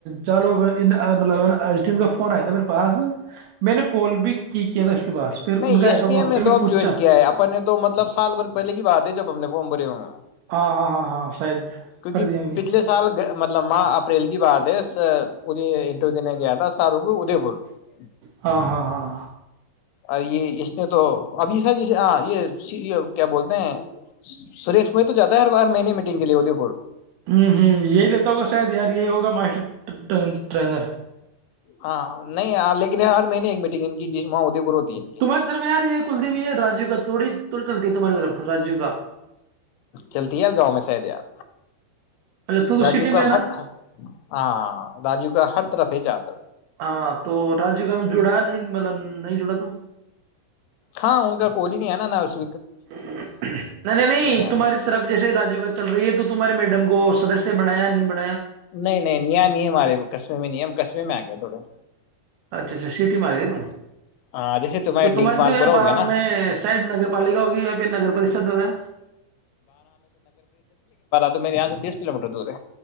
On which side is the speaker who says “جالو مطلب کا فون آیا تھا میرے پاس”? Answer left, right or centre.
Right